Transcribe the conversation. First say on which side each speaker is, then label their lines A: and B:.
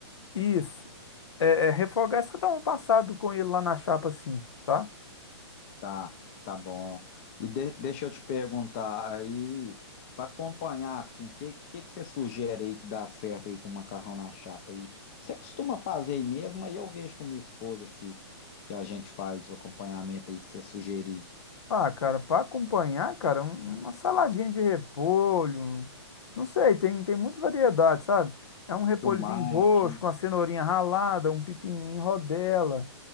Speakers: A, on the left; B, on the left.
A: Isso, é, é refogar, é só dar um passado com ele lá na chapa assim, tá?
B: Tá, tá bom. E de- deixa eu te perguntar aí, para acompanhar assim, o que, que, que você sugere aí que dá certo aí com macarrão na chapa aí? Você costuma fazer aí mesmo? Aí eu vejo com minha esposa se, se a gente faz o acompanhamento aí que você sugerir.
A: Ah, cara, para acompanhar, cara, um- uma saladinha de repolho, um- não sei, tem, tem muita variedade, sabe? É um repolhozinho
B: Tomate,
A: roxo
B: né?
A: com a cenourinha ralada, um pepininho em rodela,